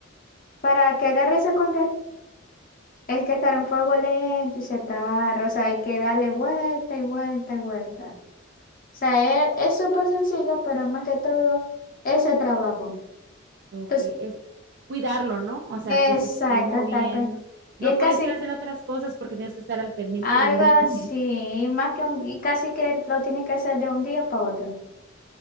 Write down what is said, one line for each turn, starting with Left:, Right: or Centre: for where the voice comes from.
Left: Para que agarre esa con es que estar en fuego lento y se tarda. O sea, hay que darle vuelta y vuelta y vuelta. O sea, es es súper sencillo, pero más que todo, ese trabajo.
Right: Ok,
Left: Entonces,
Right: es cuidarlo, ¿no? O sea, que
Left: Exacto,
Right: se esté moviendo.
Left: estar pen- Y
Right: No
Left: es casi
Right: puedes ir a hacer otras cosas porque tienes que estar al pendiente
Left: algo
Right: del
Left: así,
Right: dulce.
Left: más que un, y casi que lo tienes que hacer de un día para otro.